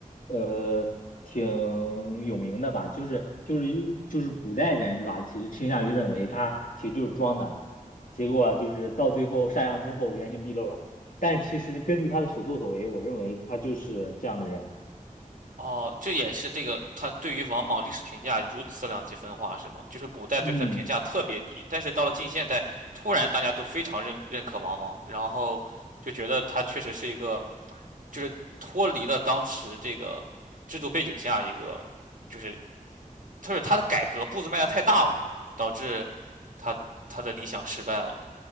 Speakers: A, on the left; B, on the right.
A: 呃，挺有名的吧？就是就是就是古代人是吧？其实倾向于认为他其实就是装的，结果就是到最后上岸之后原形毕露了。但其实根据他的所作所为，我认为他就是这样的人。
B: 哦，这也是这个他对于王莽历史评价如此两极分化，是吗？就是古代对他的评价特别低，
A: 嗯。
B: 但是到了近现代，突然大家都非常认认可王莽，然后就觉得他确实是一个，就是脱离了当时这个制度背景下一个，就是就是他的改革步子迈的太大了，导致他他的理想失败了。